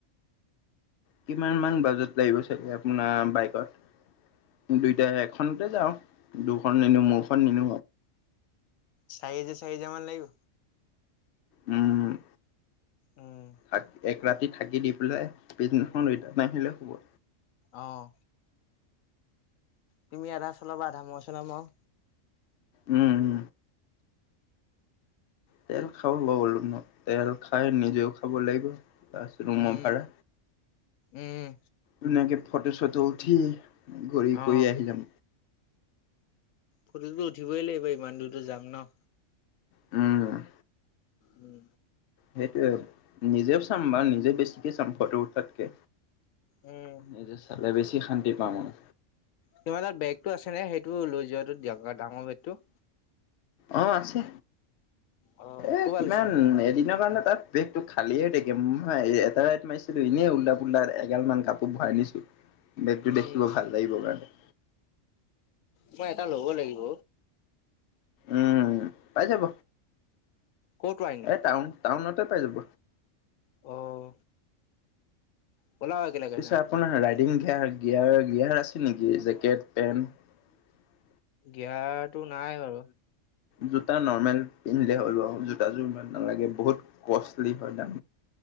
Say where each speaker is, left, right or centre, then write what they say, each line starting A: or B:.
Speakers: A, on the left (about 65°); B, on the left (about 80°).
A: কিমান মান বাজত লাগিব চাগে আপোনাৰ বাইকত দুইটাাই এখনতে যাও। সন্নি নিম স্ নিম
B: চাইনিজ চাই হেজাৰ মান লাগিব
A: উম
B: উম।
A: তাক এক ৰাতি থাকি দি পেলাই পিছনেখন ৰিটাৰ্ণ আহিলে হব
B: আহ তুমি আধা চলাবা আধা মই চলাম আৰু
A: উম উম তেল খা ব ব'লো ন তেল খাই নিজেও খাব লাগিব। পছ ৰুমৰ
B: উম,
A: ভাড়া
B: উম,
A: ধুনাকে। ফটো চটো উঠি। ঘূৰি
B: অ',
A: কৰি আহি যাম।
B: ফটোটো উঠিবই লাগিব ইমান দূৰৰতো যাম ন।
A: উম
B: উম
A: সেইটোয়ে নিজেও চাম বা নিজে বেছিকে চাম ফটো উঠাতকে
B: উম,
A: এইয চালে বেছি কি শান্তি পাওঁ আৰু
B: তোমাৰ তাত বেগতটো আছে নে সেইটো লৈ যোৱাটো দিয়ক আৰু ডাঙৰ বেগটো
A: আহ আছে
B: অ',
A: এ
B: ক'ৰ পৰা
A: কিমান
B: লৈছিলা?
A: এদিনৰ কাৰণে তাত বেগটো খালিয়ে দেখে নাই এটা মাৰিছিলো এনেই উওল্লা পোল্লা এগাল মান কাপোৰ ভৰাই নিছো বেগটো
B: উম,
A: দেখিব ভাল লাগিব কাৰণে
B: মই এটা ল'ব লাগিব
A: উম পাই যাব
B: কত আই নো
A: এই টাউন টাউনতে পাই যাব
B: আহ বলা এগে
A: পিছে
B: যাও
A: আপোনাৰ ৰাইডিং গিয়াৰ গিয়াৰ গিয়াৰ আছে নেকি জেকেট পেণ্ট
B: দিয়টো নাই বাৰু
A: জোতা নৰ্মেল পিন্ধিলে হ'ল আৰু জোতাযোৰ ইমান নালাগে বহুত কষ্টলি হয় না